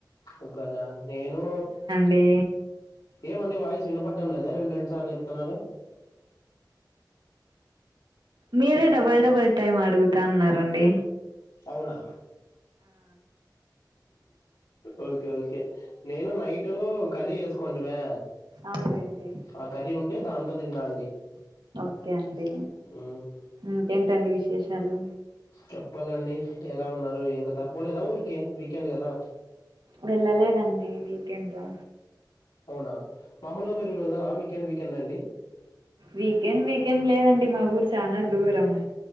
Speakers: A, on the left; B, on the right.
A: ఉగ్గానా నేను
B: అే
A: ఏమండి వాయిస్ వినపడ్డం లేదా రెండు రెండు సార్లు చెప్తున్నారు
B: మీరే డబల్ డబల్ టైమ్ అడుగుతాన్నారండి
A: అవునా ఓకే ఓకే నేను నైట్ కర్రీ చేసుకుంటిమా
B: అవునులేండి
A: ఆ కర్రీ ఉంటే దాంతో తిన్నా అండి
B: ఓకే అండి
A: మ్మ్
B: ఇకేంటండి విశేషాలు
A: చెప్పాలండి ఎలా ఉన్నారు ఏం కథ పోలేదా ఊరికే వీకెండ్ కదా
B: వెళ్ళలేదండి వీకెండ్లో
A: అవునా మాములుగా మీరు వెళ్ళారా వీకెండ్ వీకెండ్ అండి
B: వీకెండ్ వీకెండ్ లేదండి మా ఊరు చానా దూరము